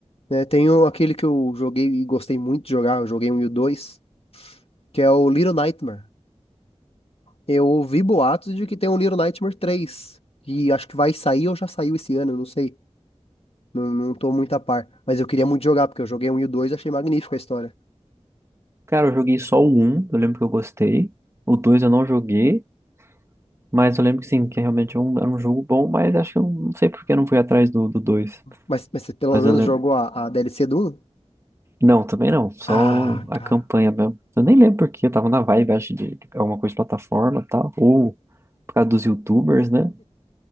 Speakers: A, on the left; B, on the right.
A: né? Tem o- aquele que eu joguei e gostei muito de jogar, eu joguei um e o dois, que é o Little Nightmare. Eu ouvi boatos de que tem um Little Nightmare 3, e acho que vai sair ou já saiu esse ano, eu não sei. Não, não tô muito a par, mas eu queria muito jogar, porque eu joguei um e o dois e achei magnífica a história.
B: Cara, eu joguei só o um. eu lembro que eu gostei. O 2 eu não joguei, mas eu lembro que sim, que realmente é um- era um jogo bom, mas acho que eu não sei por que eu não fui atrás do, do 2.
A: Mas, mas você pelo
B: Mas
A: menos
B: eu lembro.
A: jogou a, a DLC do 1?
B: Não, também não, só
A: Ah,
B: o- a
A: cara.
B: campanha mesmo. Eu nem lembro porque eu tava na vibe, acho, de alguma coisa de plataforma e tal, ou por causa dos YouTubers, né?